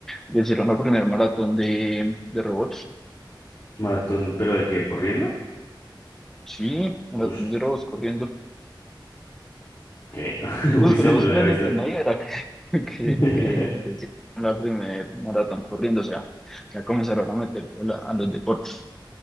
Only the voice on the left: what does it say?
Maratón, pero de que corriendo,
ush,
¿qué? <laughs> Uy,
sí, no
lo había
visto.
<laughs>